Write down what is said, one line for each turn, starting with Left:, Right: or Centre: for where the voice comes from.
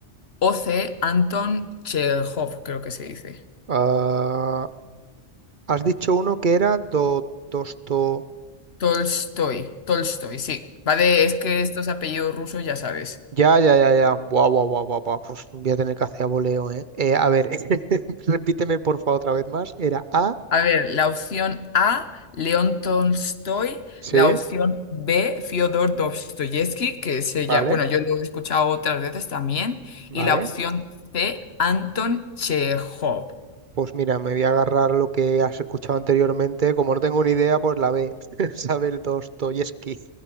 Left: o C. Anton Chekhov, creo que se dice.
Right: has dicho uno que era do, dosto.
Left: Tolstoy, Tolstoy, sí. Va de, es que estos apellidos rusos ya sabes.
Right: Ya, ya, ya, ya. Guau, guau, guau, guau, guau. Pues voy a tener que hacer a voleo, ¿eh? Eh, a ver, <laughs> repíteme por favor otra vez más. Era A.
Left: A ver, la opción A, León Tolstoy,
Right: Sí,
Left: la opción B, Fyodor Dostoyevsky, que es ella,
Right: vale,
Left: bueno, yo lo he escuchado otras veces también,
Right: vale.
Left: y la opción C, Anton Chekhov.
Right: Pues mira, me voy a agarrar lo que has escuchado anteriormente. Como no tengo ni idea, pues la B. <laughs> Isabel Dostoyevsky.